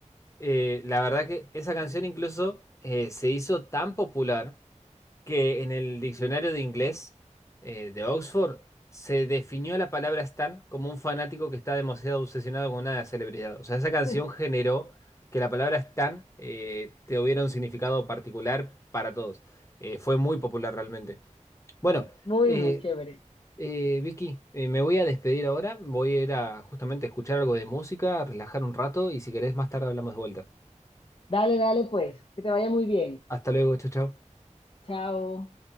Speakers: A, on the left; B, on the left.
A: eh, la verdad que esa canción incluso eh, se hizo tan popular. que en el diccionario de inglés eh, de Oxford se definió la palabra stan como un fanático que está demasiado obsesionado con una celebridad. O sea, esa canción
B: <laughs>
A: generó que la palabra stan eh, tuviera un significado particular para todos. Eh, fue muy popular realmente. Bueno,
B: muy,
A: eh,
B: muy chévere.
A: eh, Vicky, eh, me voy a despedir ahora. Voy a ir a justamente escuchar algo de música, relajar un rato y si querés más tarde hablamos de vuelta.
B: Dale, dale, pues, que te vaya muy bien.
A: Hasta luego, chao, chao.
B: Chao.